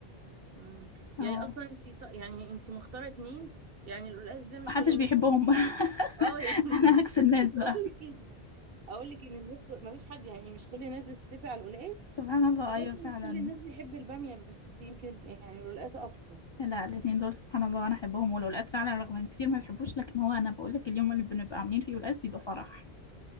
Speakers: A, on the right; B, on the left.
A: امم
B: اه
A: يعني اصلا انتي ط- يعني انتي مختاره اتنين يعني القلقاس ده مش
B: محدش
A: كل الناس
B: بيحبهم
A: بتحكي عليه
B: <laughs>
A: اه يعني <laughs>
B: انا عكس الناس
A: عايزه
B: بقى
A: اقول لك اقول لك ان الناس ما فيش حد يعني مش كل الناس بتتفق على القلقاس
B: سبحان الله
A: وبرضه
B: ايوه فعلا
A: مش كل الناس بتحب الباميه بس يمكن يعني القلقاس اكتر
B: لا الاثنين دول سبحان الله انا احبهم والقلقاس فعلا رغم ان كتير ما بيحبوش لكن هو انا بقول لك اليوم اللي بنبقى عاملين فيه قلقاس بيبقى فرح